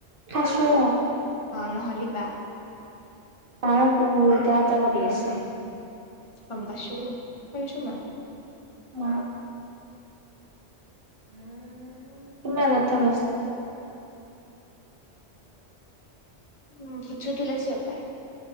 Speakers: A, on the right; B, on the left.
A: খছো
B: নহ'লে বা
A: আহ ত বহুত ত এটা কৰিঢ়ি আছে
B: পন্দাছো পছয়
A: উ উম কিমান এটা প
B: উম ফুছো তুলা চি অ পায়